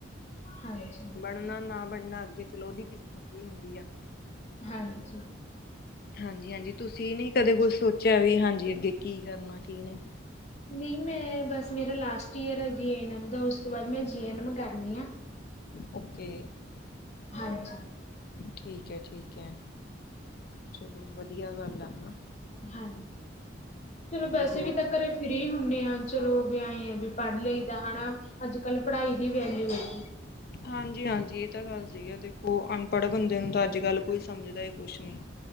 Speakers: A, on the left (about 35°); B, on the left (about 50°).
A: ਹਾਂਜੀ
B: ਬਣਨਾ ਨਾ ਬਣਨਾ ਅੱਗੇ ਚਲੋ ਉਹਦੀ ਕਿਸਮਤ ਕੀ, ਵਧੀਆ,
A: ਹਾਂਜੀ,
B: ਹਾਂਜੀ-ਹਾਂਜੀ ਤੁਸੀਂ ਨੀ ਕਦੇ ਕੁਛ ਸੋਚਿਆ ਵੀ ਹਾਂਜੀ ਅੱਗੇ ਕੀ ਕਰਨਾ ਕਿ ਨਹੀਂ,
A: ਨਹੀਂ ਮੈਂ ਬਸ ਮੇਰਾ ਲਾਸਟ ਈਅਰ ਆ ਜੀ ਐਨ ਐਮ ਦਾ ਉਸ ਤੋਂ ਬਾਅਦ ਮੈਂ ਜੀ ਐਨ ਐਮ ਕਰਨੀ ਆ।
B: ਓਕੇ,
A: ਹਾਂਜੀ
B: ਠੀਕ ਹੈ ਠੀਕ ਹੈ ਚਲੋ ਵਧੀਆ ਗੱਲ ਆ ਹੇਨਾ।
A: ਹਾਜੀ ਚਲੋ ਵੈਸੇ
B: ਹੋਰ
A: ਵੀ ਤਾਂ ਘਰੇ ਫ੍ਰਰੀ ਹੁੰਨੇ ਆ। ਚਲੋ ਵੀ ਆਏ ਆ ਵੀ ਪੜ੍ਹ ਲਈ ਦਾ ਹੈਣਾ ਅੱਜ ਕੱਲ੍ਹ ਪੜ੍ਹਾਈ ਦੀ ਵੈਲਊ ਹੈਗੀ।
B: ਹਾਂਜੀ-ਹਾਂਜੀ ਇਹ ਤਾਂ ਗੱਲ ਸਹੀ ਆ ਦੇਖੋ ਅਨਪੜ੍ਹ ਬੰਦੇ ਨੂੰ ਤਾਂ ਅੱਜ ਕੱਲ ਕੋਈ ਸਮਝਦਾ ਹੀ ਕੁਛ ਨਹੀਂ।